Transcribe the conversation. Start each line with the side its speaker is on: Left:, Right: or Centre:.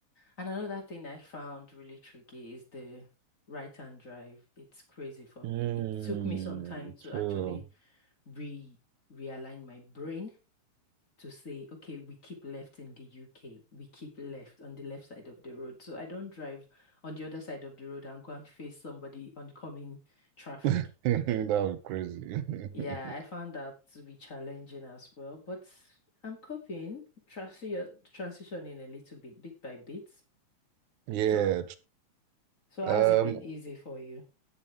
Left: And another thing I found really tricky is the right-hand drive. It's crazy for
Right: Hmm.
Left: me. It took me some time to
Right: True.
Left: actually re realign my brain to say, okay, we keep left in the UK. We keep left on the left side of the road. So I don't drive on the other side of the road and go and face somebody oncoming traffic.
Right: <laughs> That was crazy.
Left: Yeah,
Right: <laughs>
Left: I found that to be challenging as well, but I'm coping, transi transitioning a little bit, bit by bit.
Right: Yeah.
Left: So, so
Right: tr-
Left: has it been
Right: Um.
Left: easy for you?